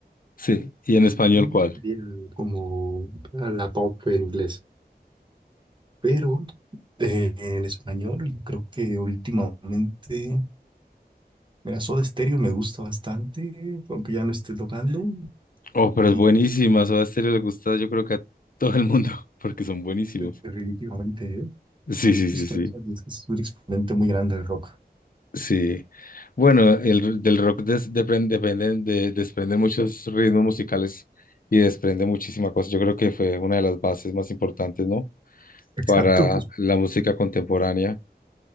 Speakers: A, on the left; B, on the right.
A: Sí. ¿Y en español
B: Queen
A: cuál?
B: sería Como la top en inglés. Pero eh, en español, yo creo que últimamente. Mira, Soda Stereo me gusta bastante, aunque ya no esté tocando.
A: Oh, pero es
B: Y
A: buenísima. Soda Stereo le gusta, yo creo que a todo el mundo, <laughs> porque son buenísimos.
B: definitivamente, eh,
A: Sí, sí, sí,
B: justo
A: sí.
B: eso, es que es un exponente muy grande del rock.
A: Sí. Bueno, el, del rock des- depren- dependen- de- desprende muchos ritmos musicales y desprende muchísima cosa. Yo creo que fue una de las bases más importantes, ¿no?
B: Exacto,
A: Para
B: pues
A: la música contemporánea